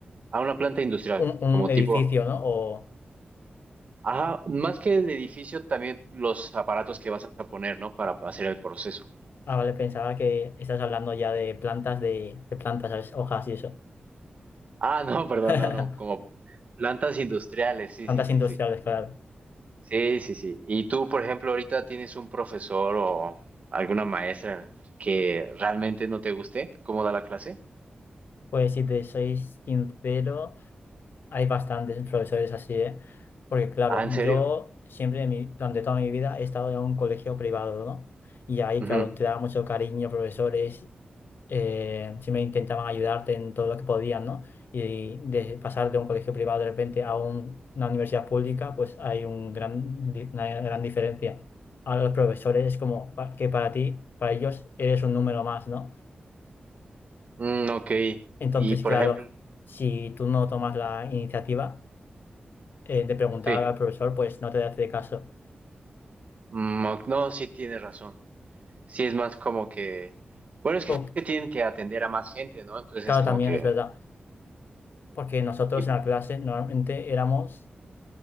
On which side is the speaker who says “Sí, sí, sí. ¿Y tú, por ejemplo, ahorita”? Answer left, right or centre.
Right